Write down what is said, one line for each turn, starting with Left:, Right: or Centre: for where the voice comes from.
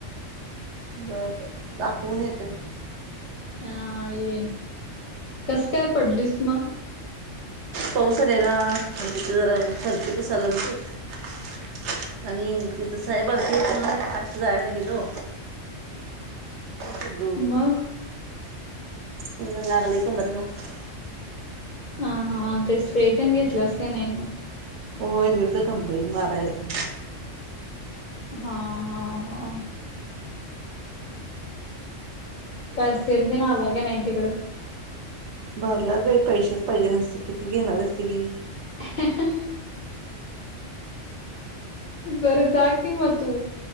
Right: बर बर दाखवून येतो घे.
Left: हा ये कस काय पडलीस मग
Right: पाऊस आलेला मंग तिथ जरा फरची पुसायला लावली ती आणि तिथं साहेब आलथी म्हणून मी फास्ट जायला गेलो हॅलो
Left: मग?
Right: <unintelligible>
Left: ह हा ते स्प्रे पण घेतलंस का नाही मग
Right: हो दिल तर कंपनीत मारायला
Left: हा हा हा काय सेलबिन आलय का नाही तिकडं
Right: भरल्यात बाई पैशेच पाहिजे नसते किती घेणार असते की
Left: <unintelligible> <inaudible> बर जा कि म तू